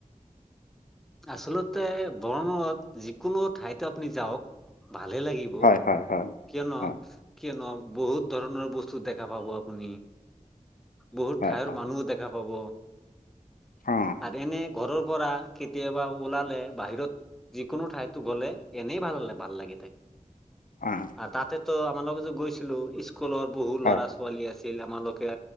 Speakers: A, in the centre; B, on the left.
A: আচলতে বৰণত যিকোনো ঠাইতে আপুনি যাওঁক ভালে লাগিব,
B: হয় হয় হয়
A: কিয়নো
B: হয়
A: কিয়নো বহুত ধৰণৰ বস্তু দেখা পাব আপুনি, বহুত
B: হয়
A: ঠাইৰ
B: হয়
A: মানুহও দেখা হ'ব।
B: অঁ
A: আৰু এনে ঘৰৰ পৰা কেতিয়াবা ওলালে বাহিৰত যিকোনো ঠাইতো গ'লে এনেই ভাল ভাল লাগি থাকে।
B: অ'।
A: তাতেতো আমাৰ লগতো গৈছিলো স্কুলত বহু
B: হয়
A: ল'ৰা ছোৱালী আছি <unintelligible> আমালোকে